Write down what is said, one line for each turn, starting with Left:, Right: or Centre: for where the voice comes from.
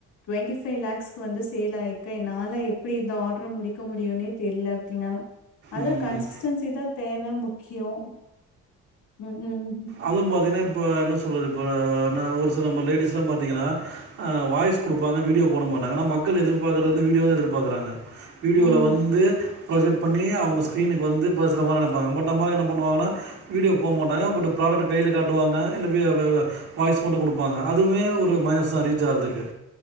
Left: டுவெண்டி ஃபைவ் லேக்ஸ்க்கு வந்து சேல் ஆயிரு க்கே நாலா எப்டி இந்த ஆர்டரு முடிக்க முடியுனே தெர்ல அத்தின்நாளா அதா
Right: ம்
Left: கன்சிஸ்டன்சி தா தேவ முக்கியோ ம் க்கு
Right: அதுவு பாத்தீங்ன்னா இப்ப என்ன சொல்றது இப்ப அ நா ஒரு சில லேடிஸ்லா பாத்தீங்கனா அ வாய்ஸ் குடு குப்பாங்க வீடியோ போட மாட்டாங்க ஆனா மக்கள் எதிர்பாக்கறது வீடியோதா எதிர்பாக்குறாங்க வீடியோல
Left: ம்.
Right: வந்து ஃப்ரொஜக்ட் பண்ணி அவுங்க ஸ்கிரீனுக்கு வந்து பேசர மாரி நெனைப்பாங்க பட் நம்மாள் என்னா பண்ணுவாங்கன்னா வீடியோ போ மாட்டாங்க பட் ப்ராடக்ட்ட் கையில காட்டுவாங்க இல்ல வி வவ வாய்ஸ் மட்டு குடுப்பாங்க அதுவே ஒரு மைனஸ் தான் ரீச் ஆகறதுக்கு